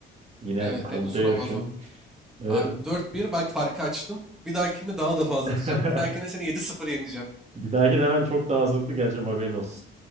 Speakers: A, on the right; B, in the centre.
A: Yine
B: evet
A: contaya
B: en uzun Amazon.
A: düştüm. Ve-
B: Abi 4-1 bak farkı açtım. Bir dahakinde daha da fazla
A: <laughs>
B: atacağım. Bir dahakinde seni yedi sıfır yeneceğim.
A: Bir dahakine hemen çok daha hazırlıklı geleceğim haberin olsun.